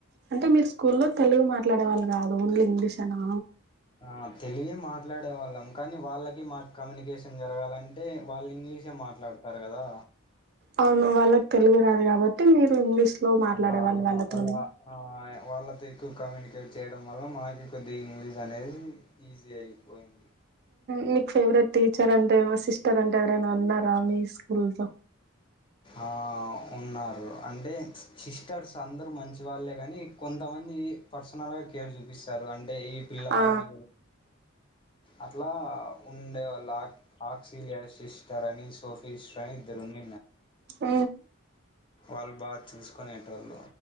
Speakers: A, on the right; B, on the left.
A: అంటే మీరు స్కూల్లో తెలుగు మాట్లాడేవాళ్ళు కాదు ఓన్లీ ఇంగ్లీష్ అనా
B: ఆ తెలుగే మాట్లాడే వాళ్ళం కానీ వాళ్ళకి మాకు కమ్యూనికేషన్ జరగాలంటే వాళ్ళు ఇంగ్లీషే మాట్లాడతారు కదా
A: అవును వాళ్ళకి తెలుగు రాదు కాబట్టి మీరు ఇంగ్లీష్ లో మాట్లాడే
B: ఆ
A: వాళ్ళు వాళ్ళతోనే
B: అలా ఆ వాళ్ళతో ఎక్కువ కమ్యూనికేట్ చేయడం వల్ల మాకు కొద్ది ఇంగ్లీష్ అనేది ఈజీ అయిపోయింది
A: మీకు ఫేవరెట్ టీచర్ అంటే మా సిస్టర్ అంటే ఎవరైనా ఉన్నారా మీ తూల్జ
B: ఆ ఉన్నారు అంటే సిస్టర్స్ అందరు మంచి వాళ్ళే కాని కొంతమంది పర్సనల్ గా కేర్ చూపిస్తారు అంటే అంటే ఈ పిలగాని
A: ఆ
B: అట్లా ఉండే వాళ్ళ ఆక్స సిస్టర్ అని సోఫీ అని ఇదరున్న
A: ఆ
B: వాళ్ళు బాగా చూసుకునేటి వాళ్ళు